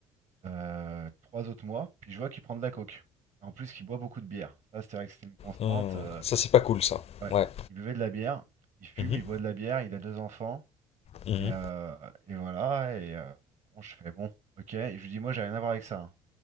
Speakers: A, on the right (about 50°); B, on the left (about 40°).
A: euh, trois autres mois, puis je vois qu'il prend de la coke. En plus, qu'il boit beaucoup de bière. Ça, c'est vrai que c'était une constante.
B: Mm.
A: euh,
B: Ça, c'est pas cool,
A: il-
B: ça.
A: ouais,
B: Ouais.
A: il buvait de la bière, il fume,
B: Mhm,
A: il boit de la bière, il a deux enfants.
B: mhm,
A: Et, euh, et voilà, et euh, bon, je fais bon, ok. Et je lui dis, moi, j'ai rien à voir avec ça. hein.